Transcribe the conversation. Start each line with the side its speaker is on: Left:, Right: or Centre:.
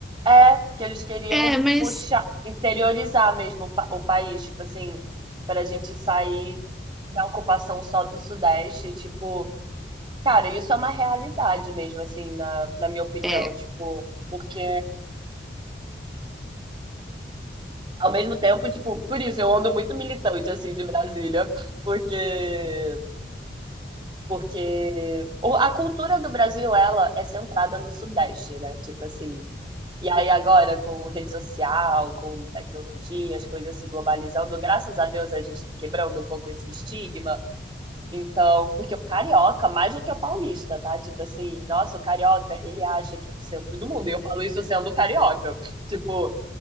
Right: É, que eles queriam
Centre: É, mas
Right: puxar, interiorizar mesmo o, pa- o país, tipo assim, para a gente sair da ocupação só do Sudeste, tipo, cara, isso é uma realidade mesmo, assim, na, na minha opinião,
Centre: é.
Right: tipo, porque ao mesmo tempo, tipo, por isso eu ando muito militante, assim, de Brasília, porque, porque o- a cultura do Brasil, ela é centrada no Sudeste, né, tipo assim, E aí agora, com rede social, com tecnologia, as coisas se globalizando, graças a Deus a gente tá quebrando um pouco esse estigma. Então, porque o carioca, mais do que o paulista, tá? Tipo assim, nossa, o carioca, ele acha que é o centro do mundo. E eu falo isso sendo carioca. Tipo,